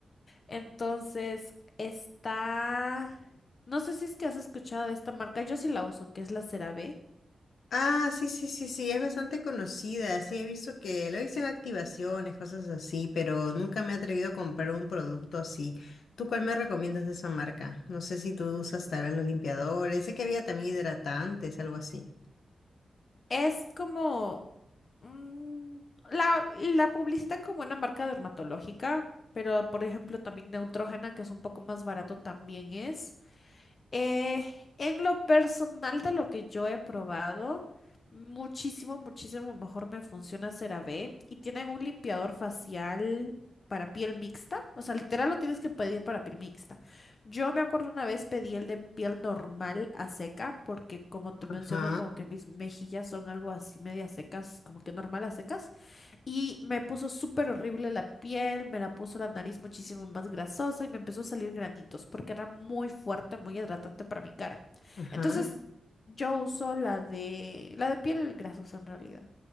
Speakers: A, on the left; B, on the left.
A: Entonces, está... No sé si es que has escuchado de esta marca, yo sí la uso, que es la CeraVe.
B: Ah, sí, sí, sí, sí, es bastante conocida. Sí, he visto que lo dicen activaciones, cosas así, pero nunca me he atrevido a comprar un producto así. ¿Tú cuál me recomiendas de esa marca? No sé si tú usas tal vez los limpiadores. Sé que había también hidratantes, algo así.
A: Es como... mm, la, la publicitan como una marca dermatológica, pero por ejemplo también Neutrogena, que es un poco más barato, también es. Eh, en lo personal de lo que yo he probado, muchísimo, muchísimo mejor me funciona CeraVe y tienen un limpiador facial para piel mixta, o sea, literal lo tienes que pedir para piel mixta. Yo me acuerdo una vez pedí el de piel normal a seca porque como te menciono
B: Ajá,
A: como que mis mejillas son algo así media secas, como que normal a secas. Y me puso súper horrible la piel, me la puso la nariz muchísimo más grasosa y me empezó a salir granitos porque era muy fuerte, muy hidratante para mi cara.
B: ajá.
A: Entonces yo uso la de la de piel grasosa en realidad,